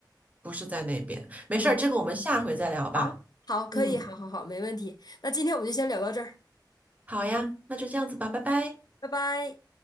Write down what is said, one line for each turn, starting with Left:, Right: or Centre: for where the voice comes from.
Right: 不是在那边。没事儿，
Left: 嗯，
Right: 这个我们下回再聊吧。
Left: 好，好，可以，
Right: 嗯，
Left: 好好好，没问题，那今天我们就先聊到这儿，
Right: 好呀，那就这样子吧，拜拜。
Left: 拜拜。